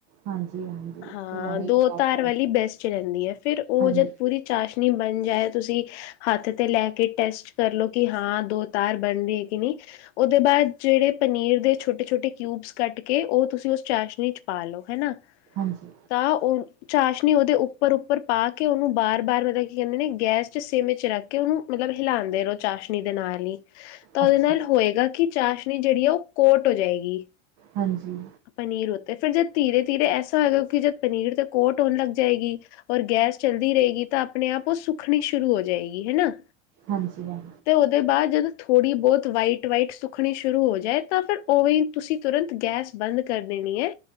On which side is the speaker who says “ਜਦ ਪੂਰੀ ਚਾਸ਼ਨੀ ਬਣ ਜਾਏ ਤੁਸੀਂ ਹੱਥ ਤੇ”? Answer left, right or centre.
Left